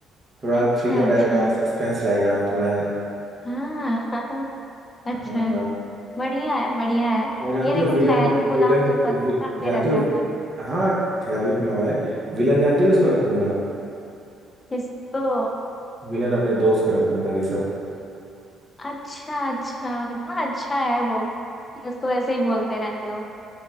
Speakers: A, on the right; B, on the left.
A: थोड़ा
B: अच्छा
A: थ्रिलर
B: अच्छा
A: रहेगा सस्पेंस रहेगा थोड़ा
B: हाँ <laughs> हाँ, अच्छा
A: हाँ
B: बढ़िया है बढ़िया है
A: और जानते
B: ये देखो
A: हो विलन
B: ख्याली पुलाव
A: विलन
B: तो पता
A: वि,
B: करते
A: जानते
B: रहते
A: हो
B: हैं हम लोग
A: हाँ खिलाड़ी पुलाव है विलन जानते हो किसको रखूंगा
B: किसको
A: विलन अपने दोस्त का रखूंगा ऋषभ को
B: अच्छा अच्छा इतना अच्छा है वो तुम उसको ऐसे ही बोलते रहते हो